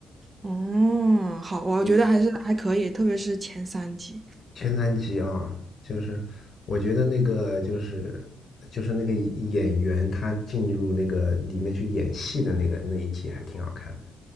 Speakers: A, on the right (about 30°); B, on the left (about 45°).
A: 哦好，我觉得还是还可以，
B: 你
A: 特别是前三集。
B: 前三集啊，就是我觉得那个就是就是那个演员他进入那个里面去演戏的那个那一集还挺好看的，